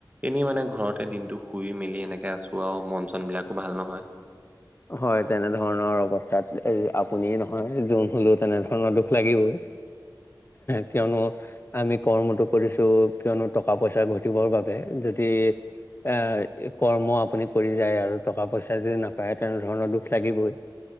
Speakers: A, on the right; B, on the left.
A: এনেই মানে ঘৰতে দিনটো শুই মেলি এনেকে আছোঁ আৰু মন চন বিলাকো ভাল নহয়।
B: হয়, তেনেধৰণৰ অৱস্থাত আপুনি নহয় যোন হলেও তেনেধৰণৰ দুখ লাগিবই কিয়নো আমি কৰ্মটো কৰিছোঁ, কিয়নো টকা পইচা ঘটিবৰ বাবে যদি এ কৰ্ম আপুনি কৰি যায় আৰু টকা পইচা যদি নাপ পায় তেনেধৰণৰ দুখ লাগিবই